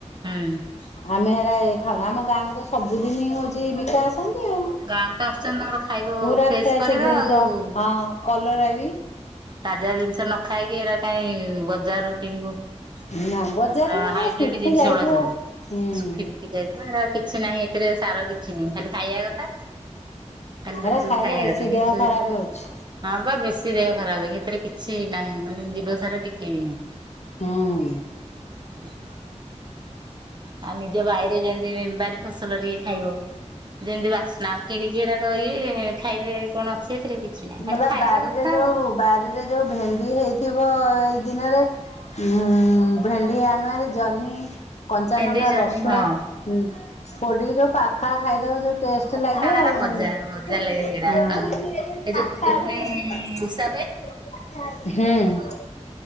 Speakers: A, on the right (about 35°); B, on the left (about 65°).
A: ହୁଁ।
B: ଆମେ ହେରା ଏ ଖାଉ ଆମ ଗାଁକୁ ତ ସବୁଦିନ ହଉଛି ବିକା ଆସନ୍ତି ଆଉ।
A: ଗାଁକୁ ତ ଆସୁଛନ୍ତି ତମର ଖାଇବ
B: ପୁରା
A: ଫ୍ରେଶ ପରିବା
B: ଜିନିଷ
A: ଆଉହୁଁ।
B: ହଁ କଲରା ବି
A: ତାଜା ଜିନିଷ ନ ଖାଇକି ଏରା କାଇ ବଜାର ରୁ କିଣିବୁ।
B: ନା ବଜାରରେ
A: ହୁଁ ଏରା ହାଇବ୍ରିଡ
B: ଯ ଶୁଖି
A: ଜିନିଷ
B: ଯାଇଥିବ
A: ଗୁଡା ସବୁ
B: ହୁଁ
A: ଶୁଖି, ଶୁଖି ଯାଇ ହେରା କିଛି ନାହିଁ ଏଥିରେ ସାର କିଛି ନାହିଁ ଖାଲି ଖାଇବା କଥା। ଖାଲି
B: ହେରା
A: ପେଟୁକୁ
B: ଖାଇଲେ
A: ଖାଇଵା
B: ବେଶୀ
A: କଥା
B: ଦେହ
A: କିଛି
B: ଖରାପ ହଉଛି
A: ହଁ ବା ବେଶୀ ଦେହ ଖରାପ ଏ ସେଥିରେ କିଛି ନାହିଁ ମାନେ ଜିବସାର ଟିକେ ବି ନାହିଁ।
B: ହୁଁ।
A: <unintelligible> ଆଉ ନିଜ ବାଇରେ ଯେମିତି ବାରି ଫସଲ ଟିକେ ଖାଇବ। ଯେମିତି ବାସ୍ନା ଆଉ କିଣିକି ଏରାକ ଇୟେ। ଖାଇଲେ କଣ ଅଛି ଏଥିରେ କିଛି ନାହିଁ
B: ମଲା
A: ଖାଲି ଖାଇବା
B: ବାରିରେ
A: କଥା
B: ଯୋଉ
A: ଆଉ।
B: ବାରିରେ ଯୋଉ ଭେଣ୍ଡି ହେଇଥିବ ଏଇ ଦିନରେ। ଉ ଭେଣ୍ଡି ଆଣିବ ହାରି ଜହ୍ନି, କଞ୍ଚା
A: ଭେଣ୍ଡି
B: ଲଙ୍କା,
A: ଜହ୍ନି
B: ରସୁଣ।
A: ହଁ
B: ହୁଁ ପୋଡିକି ଯୋଉ ପାଖାଳ ଖାଇଦବ ଯୋଉ ଟେଷ୍ଟ
A: ପଖାଳର
B: ଲାଗିବ ଆଉ।
A: ମଜା ମଜା
B: ହଁ
A: ଲାଗେ ସେଇଟା ଆଉ ଏ ଯୋଉ
B: ହୁଁ
A: ଖୁଦୁରୁକୁଣୀ ଓଷା
B: <inaudible>
A: ହୁଁ